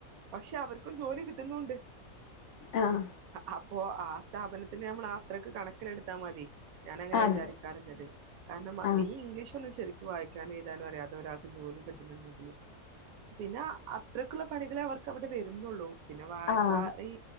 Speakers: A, on the right; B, on the left.
A: പക്ഷെ അവർക്കും ജോലി കിട്ടുന്നൂണ്ട്
B: ആഹ്
A: അപ്പൊ ആ സ്ഥാപനത്തിന് നമ്മള ത്രക്ക് കണക്കിലെടുത്താ മതി. ഞാൻ അങ്ങനെ
B: അതെ
A: വിചാരിക്കാറ്ല്ലത്. കാരണം
B: ആഹ്
A: ഈ ഇംഗ്ലീഷ് ഒന്നും ശെ വായിക്കാനും എഴുതാനും അറിയാദേ ഒരാൾക്ക് ജോലി കിട്ടുന്നുണ്ടെങ്കിൽ പിന്നെ അത്രയ്ക്കുള്ള പണികളെ അവർക്ക് അവിടെ വരുന്നുള്ളൂ പിന്നെ വ
B: ആഹ്
A: വാ ഈ